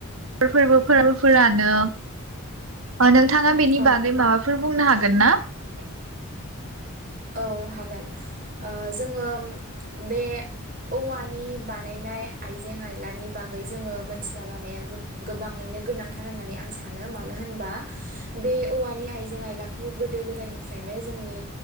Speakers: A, on the right (about 70°); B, on the right (about 40°).
A: फोरबो फोरफोरानो नोंथाङा बेनि
B: औ
A: बागै माबाफोर बुंनो हागोन? गोन ना?
B: औ हागोन। ओ जोङो बे औवानि बानायनाय आइजें-आइलानि बागै जोङो मोनथिना लानाया गोब गोबाङैनो गोनांथार होननानै आं सानो मानो होनबा बे औवानि आइजें-आइलाखौ गोदो गोदायनिफ्रायनो जोंनि